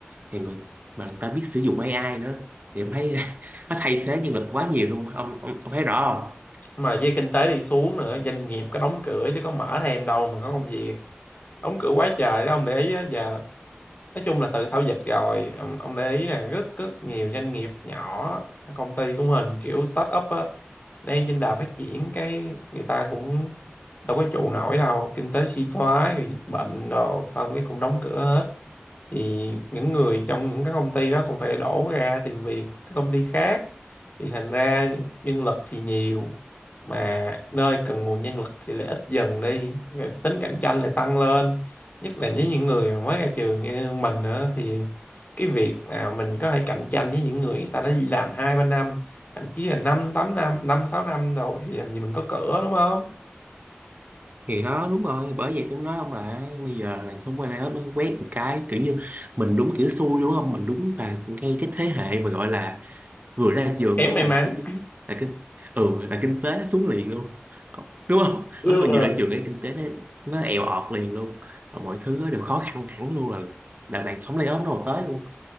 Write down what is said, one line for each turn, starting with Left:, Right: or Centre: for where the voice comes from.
Right: thì người mà người ta biết sử dụng AI nữa thì em thấy <laughs> nó thay thế nhân lực quá nhiều luôn ông, ông, ông thấy rõ không
Left: mà với kinh tế đi xuống nữa doanh nghiệp có đóng cửa chứ có mở thêm đâu mà có công việc đóng cửa quá trời đó ông để ý á giờ nói chung là từ sau dịch rồi ông, ông để ý là rất rất nhiều doanh nghiệp nhỏ công ty của mình kiểu start up á đang trên đà phát triển cái người ta cũng đâu có trụ nổi đâu kinh tế suy thoái rồi dịch bệnh rồi xong cái cũng đóng cửa hết thì những người trong những cái công ty đó cũng phải đổ ra tìm việc các công ty khác thì thành ra những- nhân lực thì nhiều mà nơi cần nguồn nhân lực thì lại ít dần đi rồi tính cạnh tranh lại tăng lên nhất là với những người mà mới ra trường như mình nữa thì cái việc mà mình có thể cạnh tranh với những người người ta đã đi làm hai ba năm thậm chí là năm tám năm năm sáu năm rồi thì làm gì mình có cửa đúng không
Right: thì đó đúng rồi bởi vậy tôi mới nói ông là bây giờ là xong quay lay off nó quét một cái kiểu như mình đúng kiểu xui đúng không mình đúng và ngay cái thế hệ mà gọi là vừa ra trường
Left: kém
Right: cái
Left: may
Right: là
Left: mắn
Right: cái dính là kinh ừ là kinh tế nó xuống liền luôn đúng không
Left: đúng
Right: ở mình
Left: rồi
Right: vừa ra trường cái kinh tế nó nó èo ọt liền luôn Và mọi thứ nó đều khó khăn hẳn luôn là là làn sóng layoff nó còn tới luôn